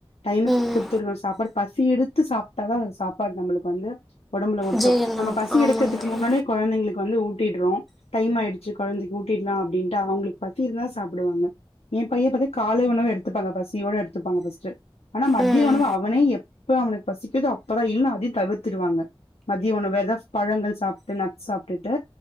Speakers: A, on the left; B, in the centre.
A: டைமு
B: ம்
A: கொடுத்தடுறோம் சாப்பாடு பசி எடு <inaudible> த்து சாப்பிட்டாதான் அந்த சாப்பாடு நம்மளுக்கு வந்து உடம்புல ஒட்டும்
B: ஜிஎன்
A: நம்ம பசி
B: ஆமாங்க
A: எடுக்கறதுக்கு
B: தோழி
A: முன்னாடியே குழந்தைங்களுக்கு வந்து ஊட்டிடுறோம் டைம் ஆயிடுச்சு குழந்தைக்கு ஊட் டிலாம் அப்படின்ட்டு அவங்களுக்கு பசி இருந்தா சாப்பிடுவாங்க என் பையன் பத்தி காலை உணவு எடுத்துப்பாங்க பசியோட எடுத்துப்பாங்க ப்பர்ஸ்ட் ஆனா மத்திய
B: ம்
A: உணவு அவனே இப்ப அவனுக்கு பசிக்குதோ அப்பதான் இல்லன்னா அதயும் தவுத்துவாங்க மதிய உணவு வேற ஏதவ் பழங்கள் சாப்பிட்டு நச்சு சாப்பிட்டுட்டு